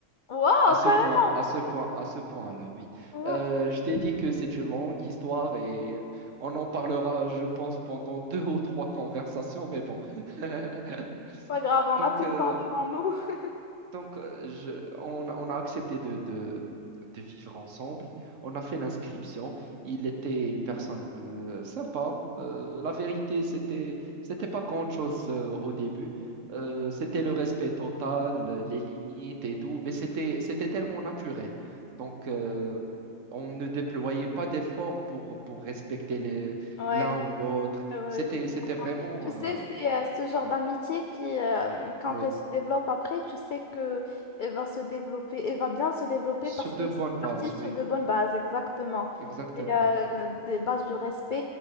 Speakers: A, on the left; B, on the right.
A: Waouh,
B: À ce
A: carrément!
B: point, à ce point, à ce point-là, oui.
A: Waouh,
B: Euh,
A: trop
B: je t'ai dit que c'est une longue histoire et on en parlera, je pense, pendant <laughs> deux ou trois conversations, mais bon. <laughs>
A: pas grave, on
B: Donc,
A: a tout
B: euh,
A: le temps devant nous. <laughs>
B: donc, euh, je- on, on a accepté de, de- de vivre ensemble. On a fait l'inscription. Il était une personne euh, sympa. Euh, la vérité, c'était, c'était pas grand-chose euh, au début. Euh, c'était le respect total, les limites et tout, mais c'était, c'était tellement naturel. Donc, euh, on ne déployait pas d'efforts pour, pour respecter les-
A: Ouais.
B: l'un ou l'autre.
A: Ouais,
B: C'était,
A: je, je
B: c'était
A: comprends.
B: vraiment
A: Tu sais, c'est
B: euh,
A: euh, ce genre
B: Mm.
A: d'amitié qui, euh, quand
B: ouais,
A: elle se développe après, tu sais que elle va se développer, elle va bien se développer
B: sur
A: parce que
B: de bonnes
A: c'est
B: bases,
A: parti sur
B: oui,
A: de bonnes bases, exactement.
B: exactement.
A: Et, euh, des bases de respect,